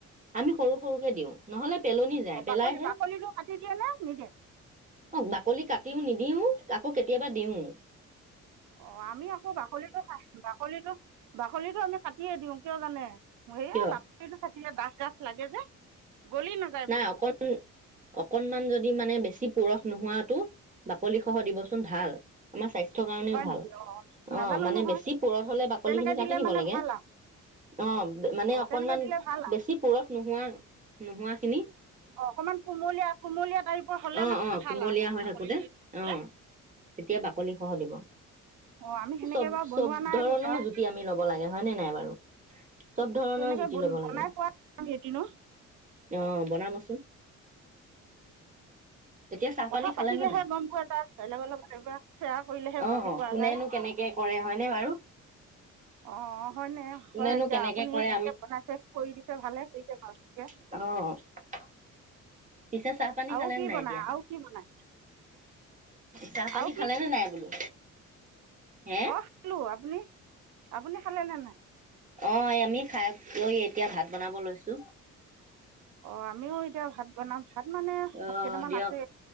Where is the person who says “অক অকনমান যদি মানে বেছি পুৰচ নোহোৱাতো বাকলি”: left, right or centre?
Right